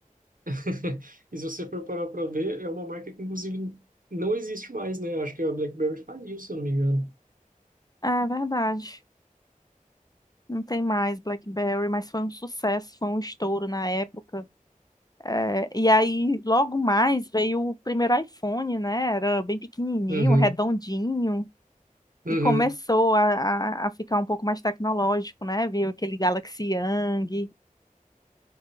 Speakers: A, on the right (about 75°); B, on the left (about 25°).
A: <laughs> e se você for parar para ver, é uma marca que, inclusive, não existe mais, né? Eu acho que a BlackBerry faliu, se eu não me engano.
B: É verdade. Não tem mais BlackBerry, mas foi um sucesso, foi um estouro na época. É, e aí, logo mais, veio o primeiro iPhone, né? Era bem pequenininho,
A: Uhum,
B: redondinho,
A: uhum.
B: e começou a, a, a ficar um pouco mais tecnológico, né? Veio aquele Galaxy Young,